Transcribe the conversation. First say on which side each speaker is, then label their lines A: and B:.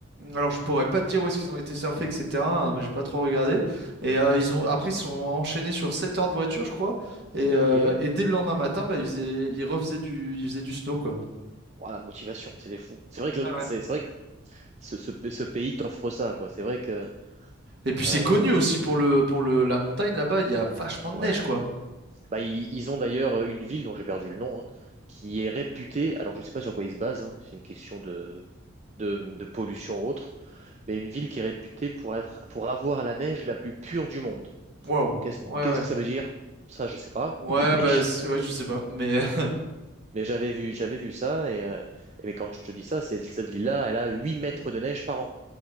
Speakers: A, on the right; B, on the right.
A: Alors, je pourrais pas te dire où est-ce qu'ils ont été surfer, etc. hein, mais j'ai pas trop regardé. Et euh, ils ont après, ils sont enchaînés sur 7 heures de voiture, je crois. Et, euh,
B: ok.
A: et dès le lendemain matin, bah, ils faisaient, ils refaisaient du, ils faisaient du snow, quoi.
B: Voilà, motivation, c'est des fous. C'est vrai
A: Ouais,
B: que
A: ouais.
B: c'est c'est vrai que ce, ce, ce pays t'offre ça, quoi. C'est vrai que
A: Et puis, c'est
B: euh,
A: connu aussi pour le, pour le, la montagne là-bas. Il y a vachement de
B: ouais.
A: neige, quoi.
B: Bah, ils, ils ont d'ailleurs euh, une ville dont j'ai perdu le nom, hein, qui est réputée, alors je ne sais pas sur quoi ils se basent, hein, c'est une question de, de, de pollution ou autre, mais une ville qui est réputée pour être, pour avoir la neige la plus pure du monde.
A: Waouh.
B: Qu'est-ce,
A: Ouais,
B: qu'est-ce
A: ouais.
B: que ça veut dire? Ça, je sais pas,
A: Ouais,
B: <laughs> mais,
A: bah,
B: je-
A: c'est- ouais, je sais pas, mais <laughs>
B: mais j'avais vu, j'avais vu ça, et, euh, et mais quand je te dis ça, c'est cette ville-là, elle a 8 mètres de neige par an.